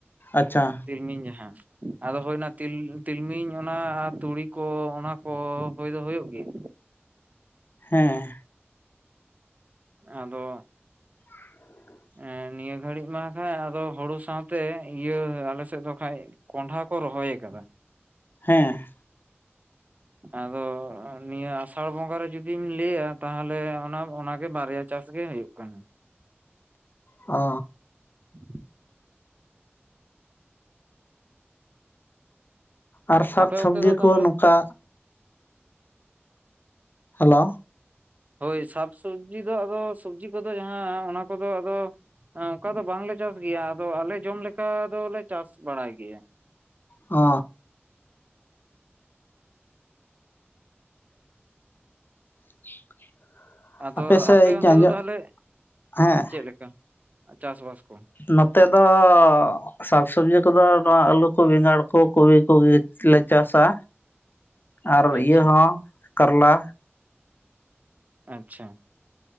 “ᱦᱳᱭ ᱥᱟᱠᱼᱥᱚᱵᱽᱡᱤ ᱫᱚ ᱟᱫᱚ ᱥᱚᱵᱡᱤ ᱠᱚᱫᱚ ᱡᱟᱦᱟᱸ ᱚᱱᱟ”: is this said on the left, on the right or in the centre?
Right